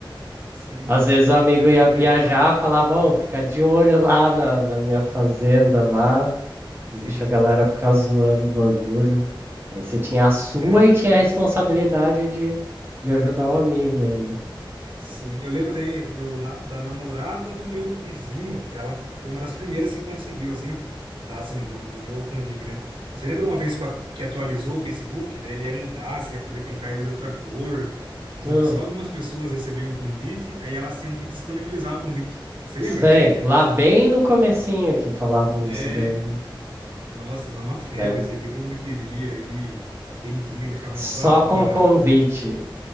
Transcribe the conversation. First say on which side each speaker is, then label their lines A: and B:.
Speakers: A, on the right; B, on the right.
A: Sim,
B: Às vezes o amigo
A: era,
B: ia
A: era
B: viajar,
A: legal.
B: falava, ô, fica de olho lá na, na minha fazenda lá,
A: Sim,
B: Deixa a galera ficar zoando o bagulho. Aí você tinha a sua
A: cara,
B: e
A: era
B: tinha
A: engraçado.
B: a responsabilidade de, de ajudar o amigo ainda.
A: Sim, eu lembro também do, na- da namorada do meu vizinho. Ela foi uma das primeiras que conseguiu, assim, assim, do, do meu convívio, né? Você lembra uma vez que a- que atualizou o Facebook? Daí ele ia mudar, você ia poder colocar ele de outra cor. Só
B: Hum,
A: que só algumas pessoas recebiam o convite, aí elas tinham que disponibilizar o convite. Você
B: sei.
A: lembra disso aí?
B: Lá bem no comecinho que falavam disso
A: É.
B: daí, né?
A: Nossa, foi uma febre
B: Lembro.
A: isso aí, porque todo mundo queria e quem tinha, ele ficava
B: Só
A: mó da hora,
B: com convite.